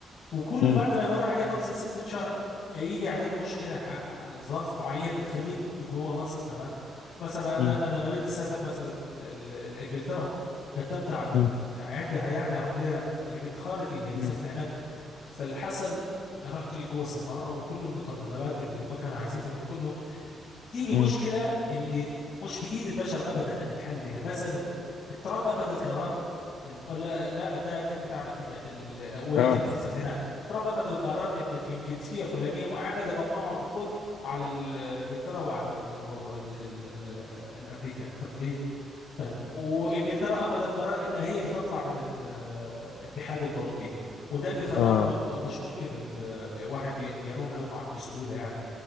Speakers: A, on the left; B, on the left.
A: وكل
B: مم.
A: بعد ما يمر عليه خمسة ستة شهر يجي عليك مشكلة ح- ح- ظرف معين بتخليك جوه مصر تمام مثلا أنا
B: مم.
A: أنا نويت أسافر مثلا ل- ل- لإنجلترا قدمت على ال...
B: مم.
A: عندها يعني أروح لها هي بنت خالتي هي
B: مم.
A: ساكنة هناك فاللي حصل رحت لجوه السفارة وكل المتطلبات اللي هم كانوا عايزيني رحت لهم تيجي
B: مم.
A: مشكله اللي مش بايد البشر ابدا الحل لها مثلا ترامب اخذ القرار ال- لا لا ده كان بتاع امريكا ال- ولكن
B: اه
A: ابسط هناك ترامب اخذ القرار ان جن- جنسيه فلانيه معينه ده ممنوع الدخول على ال- انجلترا وعلى ال ال ال ال الامريكا طب ليه؟ وانجلترا اخذ القرار ان هي بتطلع من ال- الاتحاد الاوروبي وده اللي خلاهم
B: اه
A: مش ممكن ال- واحد ي- بيروح لهم بسهوله يعني